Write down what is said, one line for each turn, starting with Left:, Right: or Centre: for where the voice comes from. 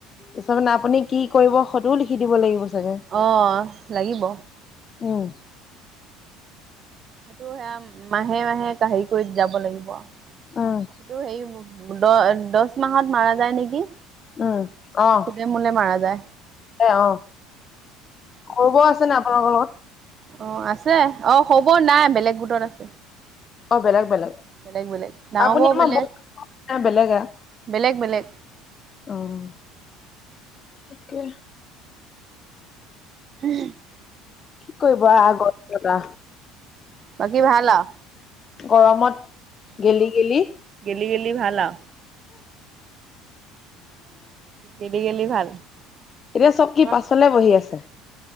Left: তাৰ মানে আপুনি কি কৰিব সেইটোও লিখি দিব লাগিব। চাগে
Right: অহ লাগিব।
Left: উম।
Right: সেইটো সেয়া মাহে মাহে হেৰি কৰি যাব লাগিব সেইটো
Left: উম
Right: হেৰী দহ দচ মাহত মাৰা যায় নেকি?
Left: উম, অহ।
Right: খুদে মোলে মাৰা যায়
Left: অ',
Right: অ
Left: সৰু
Right: তেনেকুৱা
Left: বৌ আছে নে আপোনালোকৰ লগত
Right: অ', আছে অ', সও বৌ নাই বেলেগ গোটত আছে।
Left: অ', বেলেগ বেলেগ।
Right: বেলেগ বেলেগ ডাঙৰ
Left: আপুনি
Right: বৌ
Left: আমাৰ
Right: বেলেগ
Left: ব বেলেগে
Right: বেলেগ বেলেগ
Left: অ', অকে
Right: উ <unintelligible>
Left: কি কৰিব আহ গটকা।
Right: বাকী ভাল আও।
Left: গৰমত গেলি
Right: অ
Left: গেলি
Right: গেলি গেলি ভাল আও গেলি গেলি ভাল।
Left: এতিয়া চব কি
Right: আমাৰ
Left: পাছলে বহি আছে।